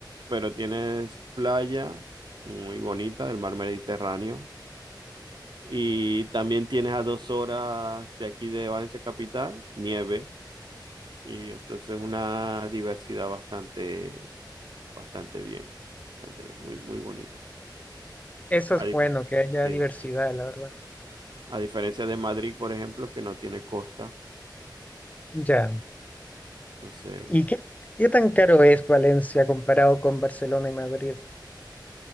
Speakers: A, on the right; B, on the left.
A: pero tienes playa muy bonita del mar Mediterráneo y también tienes a dos horas de aquí de Valencia capital nieve Y entonces una diversidad bastante, bastante bien, bastante bien, muy, muy bonita.
B: Eso es
A: A diferencia,
B: bueno, que haya
A: sí,
B: diversidad,
A: sí, sí.
B: la verdad.
A: A diferencia de Madrid, por ejemplo, que no tiene costa.
B: Ya.
A: Entonces,
B: ¿Y qué, qué tan caro es Valencia comparado con Barcelona y Madrid?